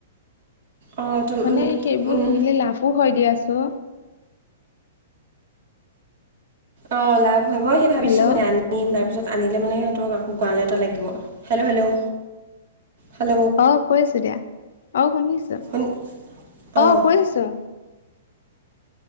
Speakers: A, on the right (about 55°); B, on the left (about 65°).
A: অ', তো
B: মানে
A: উম,
B: সেইবোৰ
A: উম।
B: পুহিলে লাভো হয় দিয়াছো।
A: অ লাভ হয় মই সেই ভাবিছো
B: হেল্ল'
A: মানে আনিম তাৰপিছত আনিলে মানে সিহঁতক আকৌ গড়াল এটা লাগিব হেল্ল' হেল্ল' হেল্'
B: আহ কৰিছো দিয়া অ শুনিছো
A: শুন অ'।
B: আহ কৰিছো।